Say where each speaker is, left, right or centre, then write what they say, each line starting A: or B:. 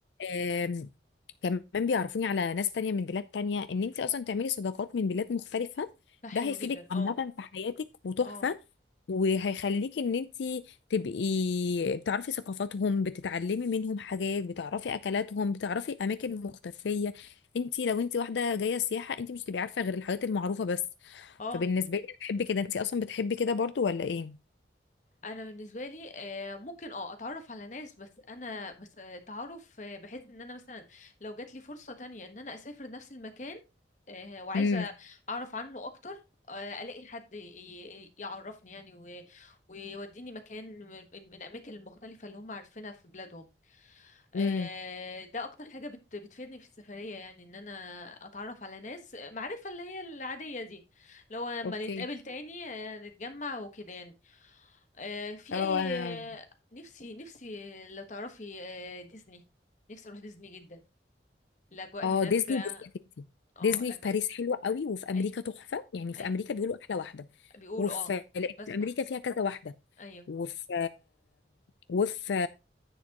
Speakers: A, on the left; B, on the left.
A: آم، كمان بيعرفوني على ناس تانية من بلاد تانية ان انت اصلا تعملي صداقات من بلاد مختلفه
B: ده حلو
A: ده هيفيدك
B: جدا اه
A: عامه في حياتك وتحفه
B: اه
A: وهيخليكي ان انتي تبقي بتعرفي ثقافاتهم بتتعلمي منهم حاجات بتعرفي اكلاتهم بتعرفي اماكن مختفيه انتي لو انتي واحده جايه سياحه انتي مش هتبقي عارفه غير الحاجات المعروفه بس
B: اه
A: فبالنسبه لي أنا بحب كده انتي اصلا بتحبي كده برضو ولا ايه
B: انا بالنسبه لي آه، ممكن اه اتعرف على ناس بس انا بس آه، تعرف آه، بحيث ان انا مثلا لو جات لي فرصه تانية ان انا اسافر نفس المكان آه، وعايزه
A: امم
B: اعرف عنه اكتر آه، الاقي حد ي- ي- يعرفني يعني و- ويوديني مكان من من الاماكن المختلفه اللي هم عارفينها في بلادهم آه،
A: امم
B: ده اكتر حاجة بت بتفيدني في السفرية يعني ان انا اتعرف على ناس معرفة اللي هي العادية دي لو لما
A: اوكي
B: نتقابل تاني آه، نتجمع وكده يعني آه، في
A: اه
B: اي
A: انا
B: آه، نفسي نفسي لو تعرفي آه، ديزني نفسي اروح ديزني جدا الاجواء
A: اه
B: هناك
A: ديزني
B: اه
A: بصي يا ستي
B: آه،
A: ديزني
B: الاجواء
A: في باريس حلوه قوي وفي امريكا
B: ايوه
A: تحفه يعني في
B: ايوه
A: امريكا بيقولوا احلى واحده
B: بيقولوا
A: وفي
B: اه
A: لأن
B: بسمع
A: في امريكا فيها كذا واحده
B: ايوه
A: وفي وفي